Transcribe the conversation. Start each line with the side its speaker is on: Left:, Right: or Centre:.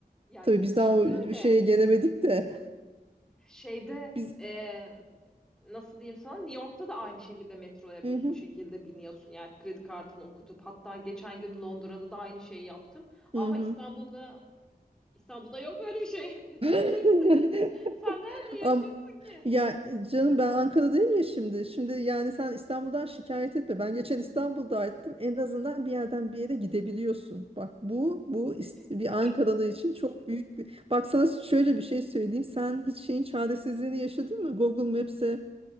Centre: Ya
Right: Tabii
Centre: yurt
Right: biz
Centre: dışında
Right: daha o
Centre: öyle.
Right: şeye gelemedik de
Centre: Şeyde
Right: biz
Centre: e, nasıl diyeyim sana New York'ta da aynı şekilde metroya
Right: Hı
Centre: bu
Right: hı.
Centre: bu şekilde biniyorsun. Yani kredi kartını okutup hatta geçen gün Londra'da da aynı şeyi yaptım. Ama
Right: Hı hı.
Centre: İstanbul'da İstanbul'da yok böyle bir şey. <laughs>
Right: <laughs>
Centre: Kesin. Sen nerede yaşıyorsun
Right: Am
Centre: ki?
Right: ya canım ben Ankara'dayım ya şimdi. Şimdi yani sen İstanbul'dan şikayet etme. Ben geçen İstanbul'daydım. En azından bir yerden bir yere gidebiliyorsun. Bak bu bu ist-
Centre: <laughs>
Right: bir Ankaralı için çok büyük bir. Bak sana şöyle bir şey söyleyeyim. Sen hiç şeyin çaresizliğini yaşadın mı? Google Maps'e